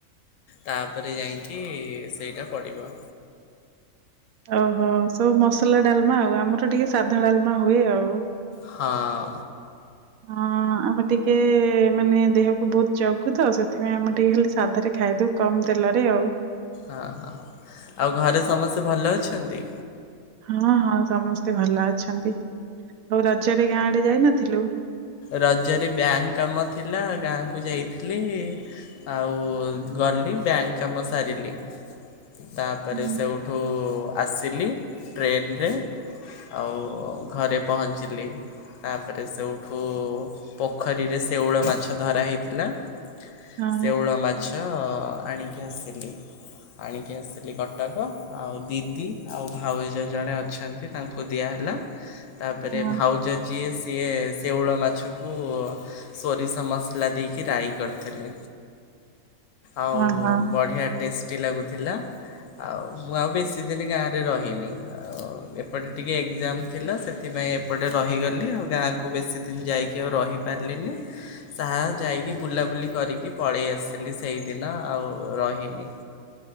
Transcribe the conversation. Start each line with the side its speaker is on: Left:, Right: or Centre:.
Left: ତାପରେ ଯାଇକି ସେଇଟା ପଡ଼ିବ।
Right: ଓହୋ ସବୁ ମସଲା ଡାଲମା ଆଉ ଆମର ଟିକେ ସାଧା ଡାଲମା ହୁଏ ଆଉ।
Left: ହଁ।
Right: ହଁ ଆମେ ଟିକେ ମାନେ ଦେହକୁୁ ବହୁତ ଜଗୁ ତ ସେଥିପାଇଁ ଆମେ ଟିକେ ଖାଲି ସାଧାରେ ଖାଇଦଉ କମ ତେଲରେ ଆଉ।
Left: ହଁ ହଁ ଆଉ ଘରେ ସମସ୍ତେ ଭଲ ଅଛନ୍ତି?
Right: ହଁ ହଁ ସମସ୍ତେ ଭଲ ଅଛନ୍ତି, ଆଉ ରଜ ରେ ଗାଁ ଆଡେ ଯାଇନଥିଲୁ?
Left: ରଜରେ ବ୍ୟାଙ୍କ କାମ ଥିଲା ଗାଁକୁ ଯାଇଥିଲ, ଆଉ ଗଲି ବ୍ୟାଙ୍କ କାମ ସାରିଲି। ତାପରେ
Right: ହୁଁ
Left: ସେଉଠୁ ଆସିଲି ଟ୍ରେନରେ ଆଉ ଘରେ ପହଞ୍ଚିଲି ତାପରେ ସେଉ ଠୁ ପୋଖରୀରେ ଶେଉଳ ମାଛ ଧରା ହେଇଥିଲା।
Right: ହଁ
Left: ସେଉଳ ମାଛ। ଆଣିକି ଆସିଲି ଆଣିକି ଆସିଲି କଟକ ଆଉ ଦିଦି ଆଉ ଭାଉଜ ଜଣେ ଅଛନ୍ତି ତାଙ୍କୁ ଦିଆହେଲା। ତାପରେ
Right: ହଁ
Left: ଭାଉଜ ଜିଏସ୍ ସିଏ ଶେଉଳ ମାଛକୁ ସୋରିଷ ମସଲା ଦେଇକି ରାଇ କରିଥିଲେ। ଆଉ
Right: ହଁ ହଁ
Left: ବଢିଆ ଟେଷ୍ଟ ଲାଗୁଥିଲା ଆଉ ମୁଁ ଆଉ ବେଶି ଦିନ ଗାଁରେ ରହିନି ଆଉ ଏପଟେ ଟିକେ ଏକ୍ଜାମ ଥିଲା ସେଥିପାଇଁ ଏପଟେ ରହିଗଲି ଆଉ ଗାଁକୁ ବେଶି ଦିନ ଯାଇକି ଆଉ ରହିପାରିଲିନି ଯାହା ଯାଇକି ବୁଲାବୁଲି କରିକି ପଳେଇ ଆସିଲି ସେଇଦିନ ଆଉ ରହିନି।